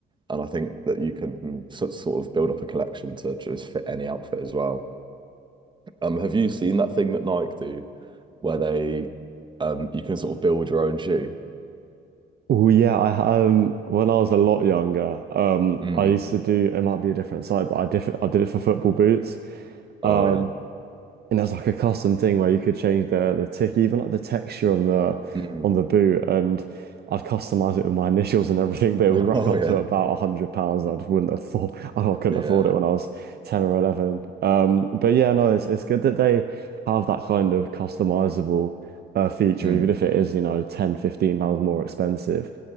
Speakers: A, on the right (about 25°); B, on the right (about 55°).
A: And I think that you can so- sort of build up a collection to just fit any outfit as well. Um, have you seen that thing that Nike do where they um you can sort of build your own shoe?
B: Oh yeah, I um when I was a lot younger, um
A: Mm.
B: I used to do it might be a different site, but I diff I did it for football boots.
A: Oh
B: Um,
A: yeah.
B: And there's like a custom thing where you could change the the tick, even like the texture on the
A: Mm.
B: on the boot, and I'd customize it with my <laughs> initials and everything, but
A: <laughs>
B: it would rack
A: Oh
B: up
A: yeah.
B: to about a hundred pounds, and I just wouldn't afford. <laughs> I couldn't
A: Yeah.
B: afford it when I was ten or eleven. Um, but yeah, no, it's it's good that they have that kind of customizable uh, feature,
A: Mm,
B: even if it is, you know, 10 15 pounds more expensive.